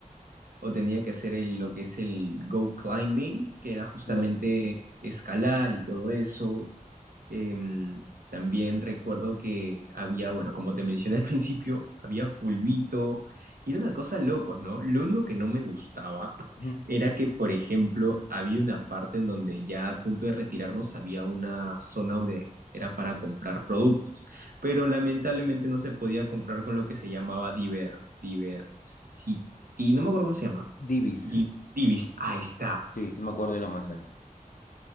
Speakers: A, on the right; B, on the left.
A: o tenía que hacer el- lo que es el go climbing, que era justamente
B: Ya.
A: escalar y todo eso. Em, también recuerdo que había, bueno, como te mencioné al <laughs> principio, había fulbito y era una cosa locos, ¿no? Lo único que no me gustaba
B: Ujú.
A: era que, por ejemplo, había una parte en donde ya a punto de retirarnos había una zona donde era para comprar productos, pero lamentablemente no se podía comprar con lo que se llamaba Diver, Diversity, no me acuerdo cómo se llama,
B: Divis.
A: Di- Divis, ahí está.
B: Sí, sí me acuerdo de la moneda.